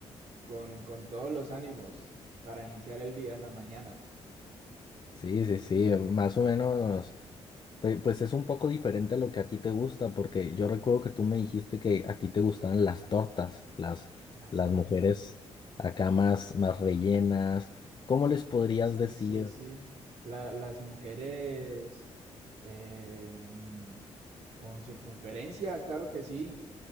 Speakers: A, on the right; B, on the left.
A: con, con todos los ánimos para iniciar el día en la mañana.
B: Sí, sí, sí, más o menos, pues, pues es un poco diferente a lo que a ti te gusta, porque yo recuerdo que tú me dijiste que a ti te gustaban las tortas, las,
A: Las
B: las
A: tortas.
B: mujeres acá más, más rellenas. ¿Cómo les podrías
A: Sí,
B: decir
A: sí, sí. La- las mujeres eh, mm, con circunferencia, claro que sí.